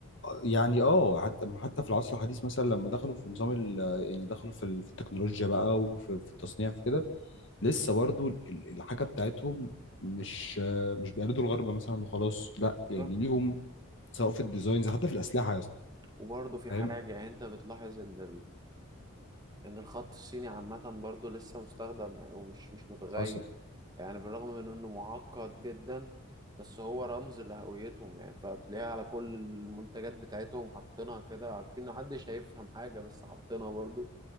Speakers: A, on the left; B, on the right.
A: يعني اه حتى حتى في العصر الحديث مثلا لما دخلوا في نظام ال- يعني دخلوا في ال- في التكنولوجيا بقى وفي في التصنيع في كده لسه برضو ال- ال- الحاجه بتاعتهم مش آه، مش بيقلدوا الغرب مثلا وخلاص لا
B: بالظبط
A: يعني ليهم سواء في الديزاينز حتى في الاسلحه يا اسطى
B: وبرضه في
A: فاهم
B: حاجة يعني انت بتلاحظ ان ان الخط الصيني عامة برضو لسه مستخدم يعني ومش مش متغير
A: حصل
B: يعني بالرغم من انه معقد جدا بس هو رمز لهويتهم يعني فبتلاقيها على كل المنتجات بتاعتهم حاطينها كده عارفين ان محدش هيفهم حاجة بس حاطينها برضو